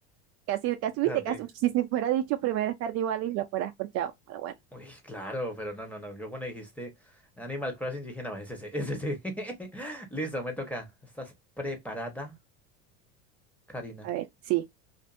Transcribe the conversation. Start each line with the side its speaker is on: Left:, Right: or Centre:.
Right: casi, casi, viste,
Centre: Harvey.
Right: casi, <laughs> si se fuera dicho primera tarde igual y lo fuera escorchado. Bueno, bueno,
Centre: Uy, claro, pero no, no, no. Yo cuando dijiste Animal Crossing dije, no, ese, es ese. sí. <laughs> Listo, me toca. ¿Estás preparada, Karina?
Right: a ver, sí.